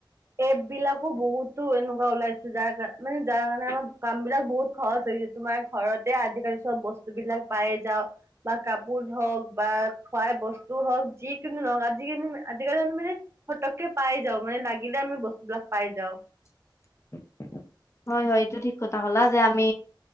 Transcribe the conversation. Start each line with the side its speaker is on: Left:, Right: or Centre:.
Right: এপ বিলাকো বহুতো এনেকুৱা ওলাইছে যাৰ কাৰ মানে যাৰ কাৰণে আমাৰ কাম বিলাক বহুত খৰচ হৈছে তোমাৰ ঘৰতে আজিকালি চব বস্তু <unintelligible> বস্তু বিলাক পাই যাওঁ বা কাপোৰ ধওক <unintelligible> বাহ, খুৱাই বস্তু হওক যিকিনো নহওক আজিকালি আজিকালি মানে ফটককে পাই যাওঁ মানে <unintelligible> মানে লাগিলে আমি বস্তুবিলাক পাই যাওঁ
Left: <inaudible> হয় হয় এইটো ঠিক কথা কলা। যে আমি